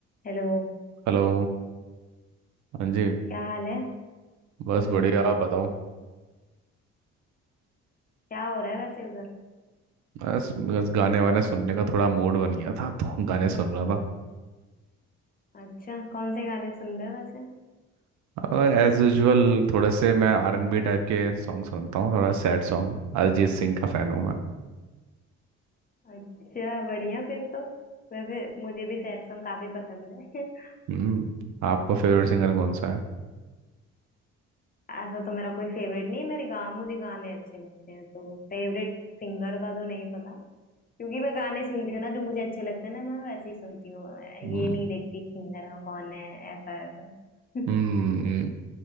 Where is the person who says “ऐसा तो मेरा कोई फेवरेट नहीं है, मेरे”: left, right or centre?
Left